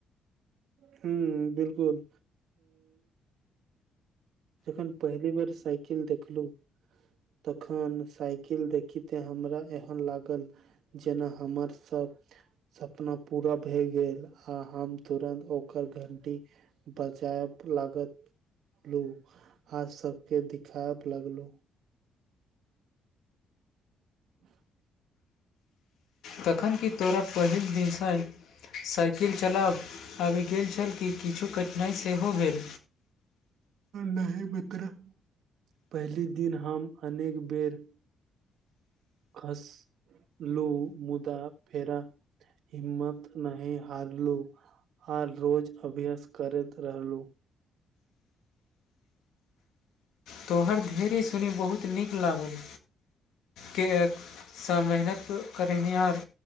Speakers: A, on the right; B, on the left.
A: ह बिलकुल तपहिली बेार सइकेेल देखलहु तखन साइकिल देखी ते हमरा एहन लागल जेना हमरसभ सपना पूरा भए गेल आ हम तुरन्त ओक घंटी बचायतलागत लू आर सबके दिायब लगलु <inaudible>
B: तखन कि तोरा पहिल दिदेखल साइकिल चलाब आबि गेल छल कि किछु कठिनाइ सेहो भेल
A: नहि मित्र पहिल दिन हम अनेक बेर खस लू मुदा फेरा हिम्मत नी हारलु आ रोज अभ्यास करैत रहलु
B: तोहर धैर्य सुनैमे बहुत नीक लागल कियक सँ मेहनत करनिहार